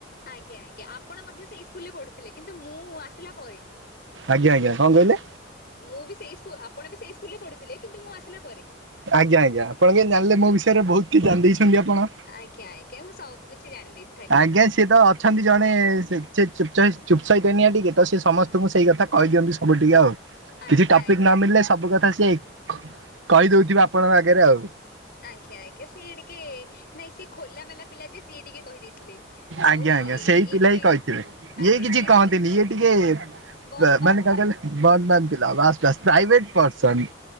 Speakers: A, on the left; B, on the right.
A: ଆଜ୍ଞା ଆଜ୍ଞା ଆପଣ ମଧ୍ୟ ସେଇ ସ୍କୁଲରେ ପଢୁଥିଲେ କିନ୍ତୁ ମୁଁ ଆସିଲା ପରେ।
B: ଆଜ୍ଞା ଆଜ୍ଞା କଣ କହିଲେ?
A: ମୁଁ ବି ସେଇ ଆପଣ ବି ସେଇ ସ୍କୁଲରେ ପଢୁଥିଲେ କିନ୍ତୁ ମୁଁ ଆସିଲା ପରେ।
B: ଆଜ୍ଞା ଆଜ୍ଞା ଆପଣ କେନ୍ତି ଜାଣିଲେ ମୋ ବିଷୟରେ ବହୁତ କିଛି ଜାଣି ଦେଇଛନ୍ତି ଆପଣ।
A: ଆଜ୍ଞା ଆଜ୍ଞା ମୁଁ ସବୁ କିଛି ଜାଣିଦେଇ
B: ଆଜ୍ଞା ସିଏ ତ ଅଛନ୍ତି ଜଣେ ସେ ଚୁପ ସ ଚୁପସଇତାନିଆ ଟିକେ ତ ସେ ସମସ୍ତଙ୍କୁ ସେଇ କଥା କହିଦିଅନ୍ତି ସବୁ ଟିକେ ଆଉ।
A: ଆଜ୍ଞା
B: କିଛି ଟପିକ
A: ଆଜ୍ଞା
B: ନ ମିଳିଲେ ସବୁ କଥା ସିଏ କହି ଦଉଥିବେ ଆପଣଙ୍କ ଆଗରେ ଆଉ।
A: ଆଜ୍ଞା ଆଜ୍ଞା ସିଏ ଟିକେ ନାଇଁ ସିଏ ଖୋଲା ମେଲା ପିଲା ଯେ ସିଏ ଟିକେ କହିଦେଇଥିଲେ
B: ଆଜ୍ଞା
A: ଆଉ ଇ ଇଏ
B: ଆଜ୍ଞା ସେଇ
A: ଇଏ
B: ପିଲା
A: ଟିକେ
B: ହିଁ କହିଥିବେ
A: ଆଜ୍ଞା
B: କିଛି
A: ଇଏ
B: କହନ୍ତିନି
A: ତ ହଉଚନ୍ତି
B: ଇଏ ଟିକେ
A: ବନ୍ଦ
B: ମାନେ
A: ବାନ୍ଦ
B: କଣ
A: ପିଲା।
B: କହିଲେ, ବନ୍ଦ୍ ବାନ୍ଦ୍ ପିଲା ବାସ୍ ବାସ୍ ପ୍ରାଇଭେଟ୍ ପର୍ସନ।